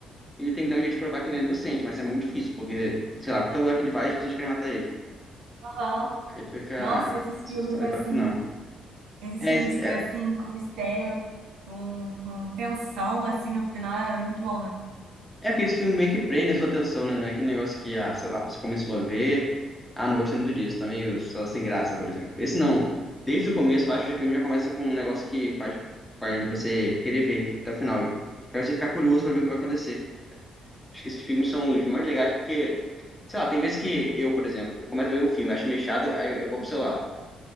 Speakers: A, in the centre; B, on the right.
A: ele tem que dar um jeito de provar que ele é inocente, mas é muito difícil, porque, sei lá, qualquer lugar que ele vai, as pessoas querem matar ele.
B: Aham.
A: Aí fica
B: Nossa, esses filmes
A: essa história
B: assim,
A: até o final.
B: esses
A: É,
B: filmes assim,
A: é,
B: com mistério, com, com tensão, assim, no final é muito bom, né?
A: É porque esse filme meio que prende a sua atenção, né? Não é aquele negócio que, ah, sei lá, você começou a ver, ah, não gostei muito disso, tá meio, sei lá, sem graça, por exemplo. Esse não. Desde o começo, eu acho que o filme já começa com um negócio que faz, faz você querer ver até o final. E Faz você ficar curioso pra ver o que vai acontecer. Acho que esses filmes são os mais legais porque, sei lá, tem vezes que eu, por exemplo, eu começo a ver um filme, acho meio chato, aí eu vou pro celular.